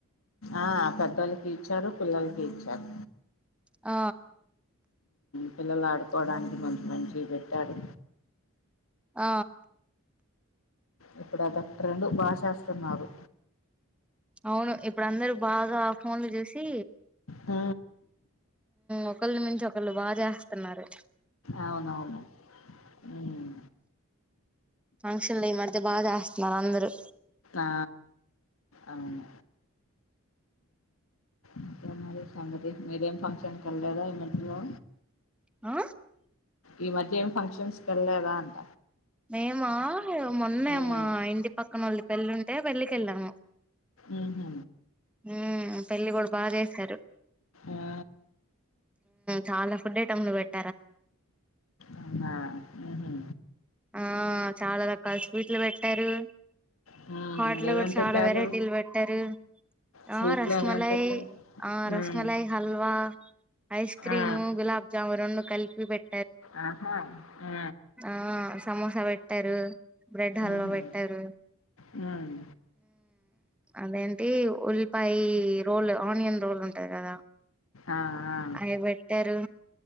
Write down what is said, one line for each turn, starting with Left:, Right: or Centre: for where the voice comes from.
Left: ఆ పెద్దలకి ఇచ్చారు పిల్లలకి ఇచ్చారు
Centre: ఆ
Left: పిల్లలు ఆడుకోవడానికి కొంచంతం మంచి పెట్టారు
Centre: ఆ
Left: ఇప్పుడు అదొట రెండు బా చేస్తున్నారు
Centre: అవును ఇప్పుడు అందరుూ బాగా ఫోన్లు చూసి
Left: ఆ
Centre: ఒకళ మించి ఒకళ్ళు బాగా చేస్తున్నారు
Left: అవునవును ఉమ్,
Centre: ఫంక్షన్లు ఈ మధతే బాగా చేస్త మన అందరు
Left: ఆ అవును ఇంకేం మరి సంగతి మీరేం ఫంక్షన్ క వెలలేేదా ఇమెట్లో
Centre: ఆ
Left: ఈ మధ్య ఏం ఫంక్షన్స్ కెళ్ళదా అంట
Centre: మేము మొన్నే
Left: హ్మ్
Centre: మా ఇంటి పక్కనోళ్ళ పెళ్ళి ఉంటే వెళ్లికి వెళ్ళాము
Left: ఊహూ
Centre: హ పెళ్ళి కూడా బాగా చేసారు
Left: ఆ
Centre: చాలా ఫుడ్ ఐటమ్లు పెట్
Left: అవునా ఆహా
Centre: ఆ చాలా రకా ఒక స్వీట్లు పెట్టారు
Left: హ్మ్
Centre: హాట్లు
Left: ఏమేం
Centre: కూడా చాలా
Left: పెట్టారు?
Centre: వెరైటీలు పెట్టారు
Left: స్వీట్లు
Centre: ఆ రస్మలై
Left: ఏమేం పెట్టారు?
Centre: ఆ
Left: హ్మ్
Centre: రస్మలాయి హల్వా ఐస్ క్రీము
Left: ఆ
Centre: గులాబ్జాము రెండు కలిపి క్యూబెడ్
Left: ఆహా ఆ
Centre: ఆ సమోసా పెట్టారు బ్రెడ్ హల్వా
Left: ఊహూ
Centre: పెట్టారు
Left: హ్మ్
Centre: అదేంటి ఉల్లిపాయ రోల్ ఆనియన్ రోల్ ఉంటది కదా
Left: ఆ! ఆ!
Centre: అవి పెట్టారు